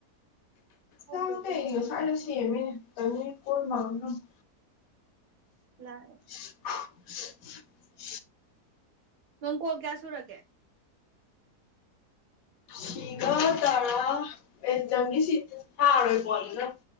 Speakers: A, on the right (about 80°); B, on the left (about 70°).
A: ꯍꯧꯕꯗꯩ
B: ꯅꯪ
A: ꯑꯗꯨꯝ
B: ꯀꯩꯒꯤꯅꯣ ꯁꯥꯏꯗ ꯁꯦꯝꯃꯦ ꯑꯅꯤ ꯀꯣꯟ ꯃꯥꯡꯅꯕ-
A: ꯂꯥꯛꯑꯦ
B: <unintelligible>
A: ꯅꯪ ꯀꯣꯜ ꯀꯌꯥ ꯁꯨꯔꯒꯦ
B: ꯁꯤꯒ ꯇꯔꯥ ꯑꯦꯛꯖꯥꯝꯒꯤ ꯁꯤ ꯊꯥꯔꯣꯏꯕꯣꯗꯅ